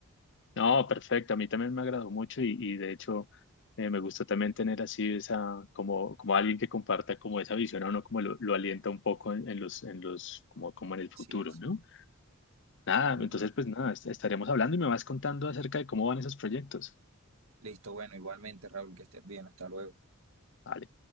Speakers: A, on the left (about 55°); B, on the right (about 65°).
A: No, perfecto. A mí también me agradó mucho y, y de hecho eh, me gusta también tener así esa, como, como alguien que comparta como esa visión a uno, como lo, lo alienta un poco en, en los, en los, como, como en el
B: Así
A: futuro,
B: es.
A: ¿no? Nada,
B: Ujú.
A: entonces pues nada, est- estaremos hablando y me vas contando acerca de cómo van esos proyectos.
B: Listo, bueno, igualmente, Raúl, que estés bien. Hasta luego.
A: Vale.